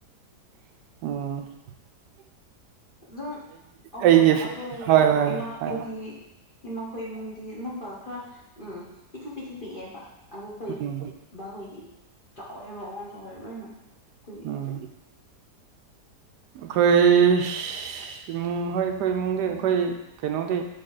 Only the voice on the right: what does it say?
ꯑꯣ
ꯑꯩꯒꯤ
ꯍꯣꯏ ꯍꯣꯏ
ꯍꯣꯏ
ꯎꯝ
ꯎꯝ ꯑꯩꯈꯣꯏ ꯏꯃꯨꯡ ꯍꯣꯏ ꯑꯩꯈꯣꯏ ꯏꯃꯨꯡꯗꯤ ꯑꯩꯈꯣꯏ ꯀꯩꯅꯣꯗꯤ